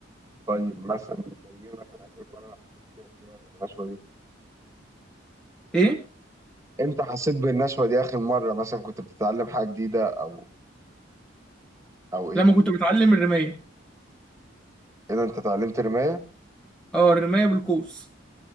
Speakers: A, on the right (about 15°); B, in the centre.
A: طيب مثلا زي ايه مثلا اخر مره حسيت فيها بالنشوه دي
B: إيه
A: امتى حسيت بالنشوه دي اخر مره مثلا كنت بتتعلم حاجه جديده او او ايه
B: لما كنت بتعلم الرماية
A: اذا انت اتعلمت رمايه
B: أه الرماية بالقوس